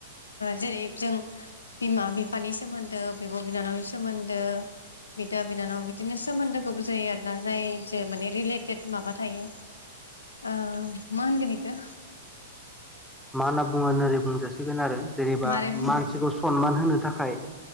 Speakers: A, on the left; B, in the centre.
A: जेरै जों बिमा बिफानि सोमोन्दो बिब' बिनानावनि सोमोन्दो बिदा बिनानाव बिदिनो सोमोन्दोखौ बुजायो आरोना जाय जे माने रिलेटेड माबा थायो। अ मा होनगोन बिखो
B: मा होनना बुङो ओरै बुंजासिगोन आरो जेनेबा
A: मारै बुङो
B: मानसिखौ सनमान होनो थाखाय